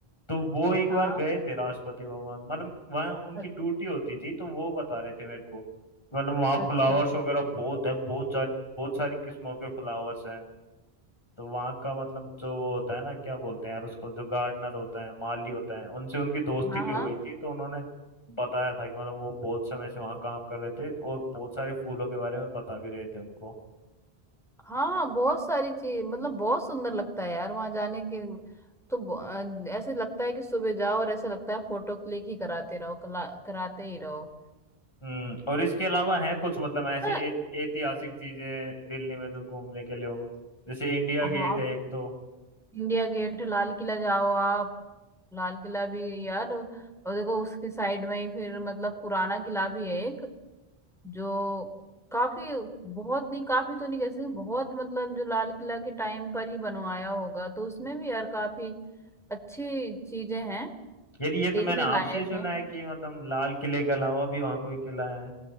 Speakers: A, on the left (about 25°); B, in the centre.
A: तो वो एक
B: हाँ
A: बार
B: हाँ,
A: गए थे राष्ट्रपति भवन मतलब वहाँ उनकी
B: अ-
A: ड्यूटी होती थी तो वो बता रहे थे मेरे को मतलब वहाँ
B: अच्छा
A: फ्लावर्स वगैरह बहुत हैं बहुत जा, बहुत सारी किस्मों के फ्लावर्स हैं तो वहाँ का मतलब जो वो होता है ना क्या बोलते हैं यार उसको जो गार्डनर होता है माली होता है उनसे उनकी दोस्ती
B: हाँ
A: भी
B: हाँ
A: हो गई थी तो उन्होंने बताया था कि मतलब वो बहुत समय से वहाँ काम कर रहे थे और बहुत सारे फूलों के बारे में बता भी रहे थे उनको
B: हाँ बहुत सारी चीज मतलब बहुत सुंदर लगता है यार वहां जाने के तो ब- अ, ऐसे लगता है कि सुबह जाओ और ऐसे लगता है फोटो क्लिक ही कराते रहो कला, कराते ही रहो
A: हम्म और इसके अलावा है कुछ मतलब ऐसे
B: हाँ
A: ऐत- ऐतिहासिक चीजें दिल्ली में जो घूमने के लिए हो जैसे इंडिया
B: हाँ,
A: गेट है एक तो
B: इंडिया गेट लाल किला जाओ आप लाल किला भी यार और देखो उसके साइड में ही फिर मतलब पुराना किला भी है एक जो काफी बहुत नहीं काफी तो नहीं कह सकते बहुत मतलब जो लाल किला के टाइम पर ही बनवाया होगा तो उसमें भी यार काफी अच्छी चीजें हैं
A: यार ये तो
B: देखने
A: मैंने आपसे
B: लायक
A: ही सुना
B: हैं
A: है कि मतलब लाल किले के अलावा भी वहाँ कोई किला है